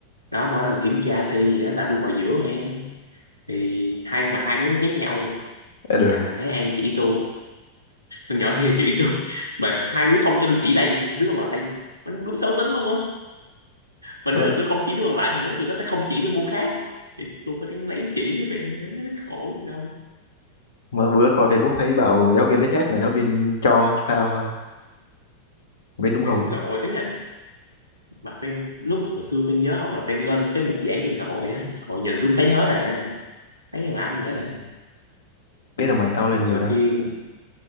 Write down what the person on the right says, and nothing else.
đó mỗi lần kiểm tra thi gì á, là tôi ngồi giữa fan thì hai mà hai đứa ghét nhau
thằng Đại An chỉ tôi con nhỏ kia chỉ tôi <laughs> mà hai đứa không cho tôi chỉ lại đứa còn lại mình đúng xấu tính luôn á mà nếu
mà tôi không chỉ đứa còn lại thì mốt tụi nó sẽ không chỉ đứa môn khác thì tôi phải đáng lén chỉ đứa fan thế khổ đâu
thì
đúng
rồi ý là mà fan lúc hồi xưa fan nhớ không là fan lên cái mục giảng fan ngồi á ngồi nhìn xuống thấy hết à thấy đang làm gì hết à
nhưng mà
nhiều
khi